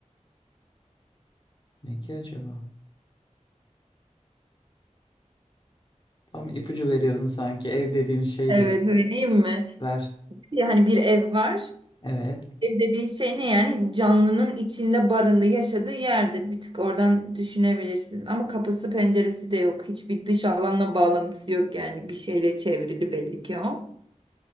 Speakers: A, on the left; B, on the right.
A: Ne ki acaba? Tam ipucu veriyordun sanki. Ev dediğim şey
B: Evet
A: diyor.
B: vereyim mi?
A: Ver.
B: Yani bir ev var.
A: Evet.
B: Ev dediğin şey ne yani? Canlının içinde barındığı, yaşadığı yerdir. Bir tık oradan düşünebilirsin. Ama kapısı penceresi de yok. Hiçbir dış alanla bağlantısı yok yani. Bir şeyle çevrili belli ki o.